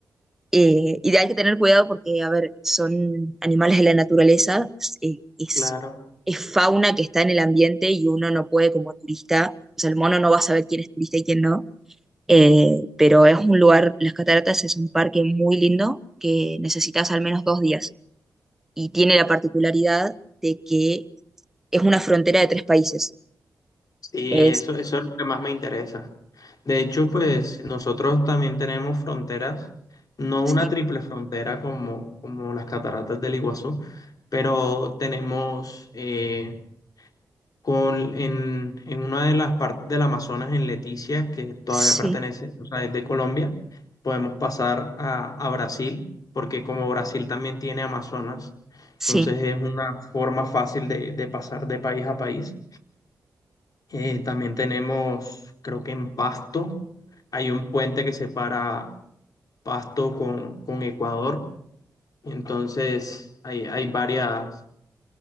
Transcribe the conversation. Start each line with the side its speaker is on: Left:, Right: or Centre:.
Centre: eh, y de- hay que tener cuidado porque, a ver, son animales de la naturaleza, eh, es,
Left: Claro,
Centre: es fauna que está en el ambiente y uno no puede como turista, o sea, el mono no va a saber quién es turista y quién no Eh, pero es un lugar, las cataratas es un parque muy lindo que necesitas al menos dos días y tiene la particularidad de que es una frontera de tres países.
Left: sí,
Centre: Es,
Left: eso, eso es lo que más me interesa. De hecho, pues nosotros también tenemos fronteras, no
Centre: sí,
Left: una triple frontera como, como las cataratas del Iguazú, pero tenemos eh, con, en, en una de las partes del Amazonas, en Leticia, que todavía
Centre: sí,
Left: pertenece, o sea, es de Colombia, podemos pasar a, a Brasil, porque como Brasil también tiene Amazonas,
Centre: sí,
Left: entonces es una forma fácil de, de pasar de país a país. Eh, también tenemos, creo que en Pasto, hay un puente que separa Pasto con, con Ecuador, entonces hay, hay varias